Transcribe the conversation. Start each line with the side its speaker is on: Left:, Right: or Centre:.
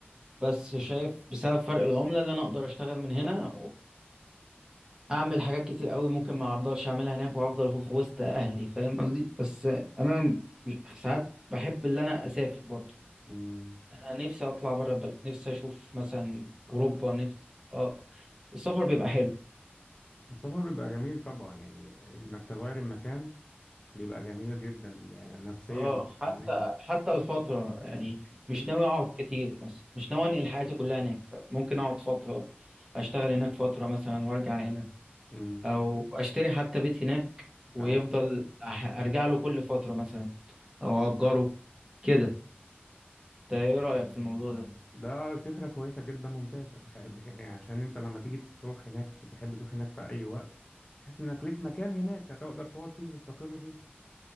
Right: بس شايف بسبب فرق العملة اللي أنا أقدر أشتغل من هنا اعمل حاجات كتير قوي ممكن ما اقدرش اعملها هناك وافضل في في وسط اهلي فاهم قصدي بس انا مش- ساعات بحب ان انا اسافر برضو
Left: امم
Right: انا نفسي اطلع بره البلد نفسي اشوف مثلا
Left: اه
Right: اوروبا نفسي اه السفر بيبقى حلو
Left: السفر بيبقى جميل طبعا يعني انك تغير المكان بيبقى جميل جدا يعني نفسيا
Right: اه
Left: ومعنويا
Right: حتى حتى الفترة يعني
Left: م-
Right: مش ناوي اقعد كتير مثلا مش ناوي انقل حياتي كلها هناك ممكن اقعد فترة اشتغل هناك فترة مثلا وارجع هنا
Left: م.
Right: او اشتري حتى بيت هناك ويفضل
Left: اه
Right: أح- ارجع له كل فترة مثلا او اجره كده ده ايه رأيك في الموضوع ده
Left: ده فكرة كويسة جدا ممتازة بح... بح... يعني عشان انت لما تيجي تروح هناك تحب تروح هناك في اي وقت تحس انك ليك مكان هناك هتقدر تقعد فيه وتستقر فيه